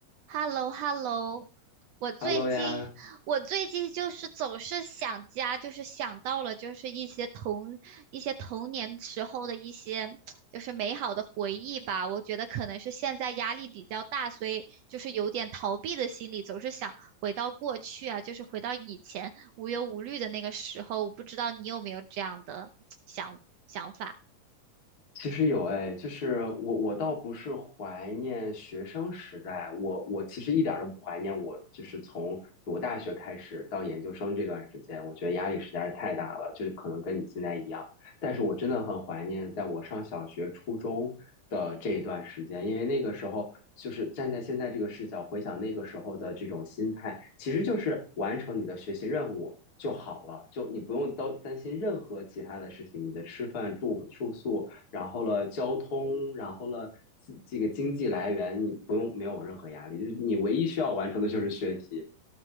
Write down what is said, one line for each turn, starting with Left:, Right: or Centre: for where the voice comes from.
Right: h e l l o h e l l o 我最近我最近就是总是想家，
Left: Hello 呀，
Right: 就是想到了就是一些童一些童年时候的一些就是美好的回忆吧。我觉得可能是现在压力比较大，所以就是有点逃避的心理，总是想回到过去啊，就是回到以前无忧无虑的那个时候。我不知道你有没有这样的 <tsk> 想想法。
Left: 其实有哎，就是我我倒不是怀念学生时代，我我其实一点儿都不怀念我，就是从读大学开始到研究生这段时间，我觉得压力实在是太大了，就可能跟你现在一样。但是我真的很怀念在我上小学、初中的这一段时间，因为那个时候就是站在现在这个视角回想那个时候的这种心态，其实就是完成你的学习任务。就好了，就你不用担担心任何其他的事情，你的吃饭、住住宿，然后了交通，然后了这这个经济来源，你不用没有任何压力，就是你唯一需要完成的就是学习。